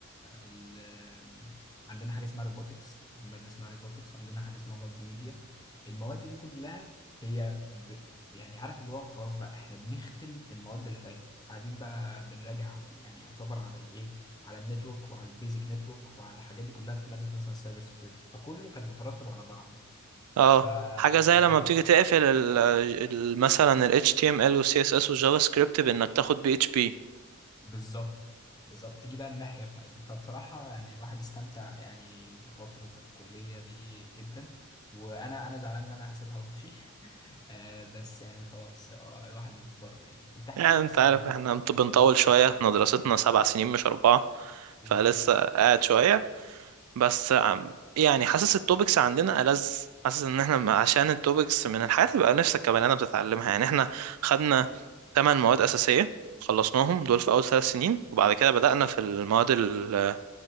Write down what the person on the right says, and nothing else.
اه
حاجة زي
لما بتيجي
تقفل ال- ال- مثلا ال HTML وال CSS والجافا سكريبت بإنك تاخد PHP
يعني
أنت
عارف
إحنا بنط- بنطول
شوية إحنا دراستنا سبع سنين مش أربعة
فلسه
قاعد شوية بس عم- يعني حاسس التوبكس عندنا ألذ حاسس ان احنا م- عشان التوبكس من الحاجات اللي بقى نفسك كبني ادم تتعلمها يعني احنا خدنا 8 مواد اساسيه خلصناهم دول في اول ثلاث سنين وبعد كده بدأنا في المواد ال-